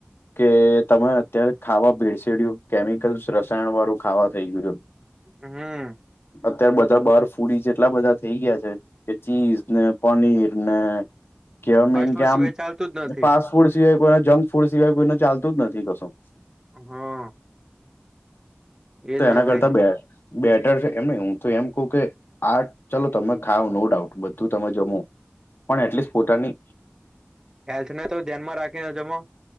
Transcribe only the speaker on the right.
હમ
ફાસ્ટ ફૂડ
સિવાય
ચાલતું જ નથી
હા
એજ
ને
ભાઈ
હેલ્થ ને તો ધ્યાનમાં રાખીને જમો.